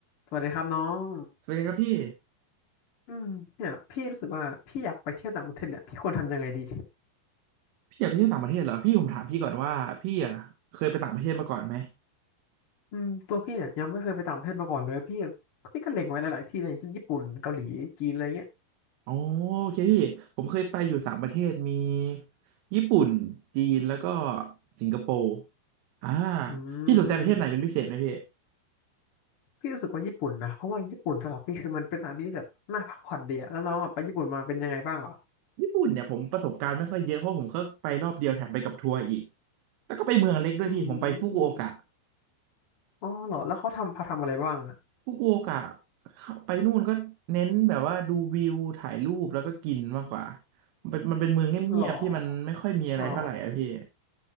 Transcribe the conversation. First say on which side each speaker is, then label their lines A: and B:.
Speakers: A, on the left (about 40°); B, on the right (about 85°).
A: สวัสดีครับน้อง
B: สวัสดีครับพี่
A: อืมเนี่ยพี่รู้สึกว่าพี่อยากไปเที่ยวต่างประเทศเนี่ยพี่ควรทำยังไงดี
B: พี่อยากไปเที่ยวต่างประเทศเหรอพี่ผมถามพี่ก่อนว่าพี่อ่ะเคยไปต่างประเทศมาก่อนไหม
A: อืมตัวพี่เนี่ยยังไม่เคยไปต่างประเทศมาก่อนเลยพี่พี่ก็เล็งไว้หลายๆที่นะอย่างเช่นญี่ปุ่นเกาหลีจีนอะไรเงี้ย
B: อ๋อโอเคพี่ผมเคยไปอยู่สามประเทศมีญี่ปุ่นจีนแล้วก็สิงคโปร์อ่า
A: อื
B: พี่สนใจประเทศไหนเป็นพิเศษไหมพี่
A: มพี่รู้สึกว่าญี่ปุ่นนะเพราะว่าญี่ปุ่นสำหรับพี่คือมันเป็นสถานที่ที่แบบน่าพักผ่อนดีอะแล้วน้องอะไปญี่ปุ่นมาเป็นยังไงบ้างเหรอ
B: ญี่ปุ่นเนี่ยผมประสบการณ์ไม่ค่อยเยอะเพราะผมก็ไปรอบเดียวแถมไปกับทัวร์อีกแล้วก็ไปเมืองเล็กด้วยพี่ผมไปฟุกุโอกะ
A: อืมอ๋อเหรอแล้วเขาทำพาทำอะไรบ้างอะ
B: ฟุกุโอกะไปนู่นก็เน้นแบบว่าดูวิวถ่ายรูปแล้วก็กินมากกว่ามันเป็นมันเป็นเมืองเงียบๆที่มันไม่ค่อยมีอะไรเท่าไหร่อะพี่
A: เหรออ๋อ